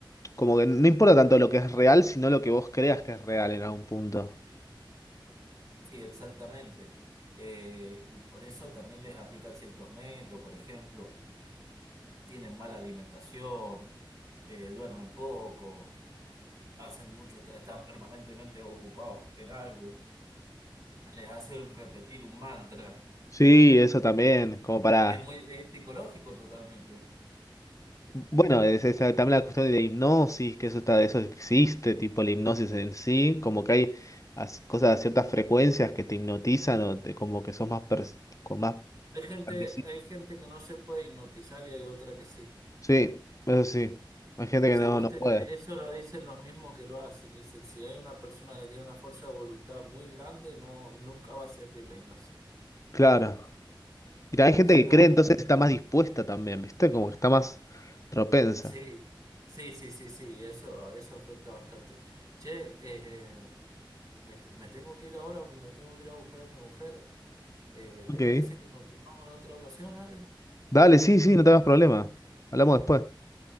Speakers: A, on the left; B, on the right.
A: como que no importa tanto lo que es real, sino lo que vos creas que es real en algún punto.
B: Sí, exactamente. Eh, y por eso también les aplican ciertos métodos, por ejemplo, tienen mala alimentación, eh, duermen poco, hacen mucho, est- están permanentemente ocupados en algo, les hacen repetir un mantra.
A: Sí, eso también, como para...
B: Es muy, es psicológico totalmente.
A: Bueno, es, es también la cuestión de la hipnosis, que eso está, eso existe, tipo la hipnosis en sí, como que hay as- cosas de ciertas frecuencias que te hipnotizan o te- como que sos más pers- con más
B: Hay gente,
A: permisi-
B: hay gente que no se puede hipnotizar y hay otra que sí.
A: Sí, eso sí. Hay gente
B: Si
A: que no,
B: vos
A: no
B: tenés,
A: puede.
B: eso lo dicen los mismos que lo hacen, dicen, si hay una persona que tiene una fuerza de voluntad muy grande, no, nunca va a servir la hipnosis.
A: Claro. Y hay gente
B: Si
A: que
B: una
A: cree,
B: persona.
A: entonces está más dispuesta también, ¿viste? Como que está más propensa.
B: Sí, sí, sí, sí, sí, eso, eso afecta bastante. Che, eh, me, te- me tengo que ir ahora, la tengo que ir a buscar a mi mujer. Eh,
A: Ok.
B: ¿te parece que continuamos en otra ocasión, Ale?
A: Dale, sí, sí, no tengas problema. Hablamos después.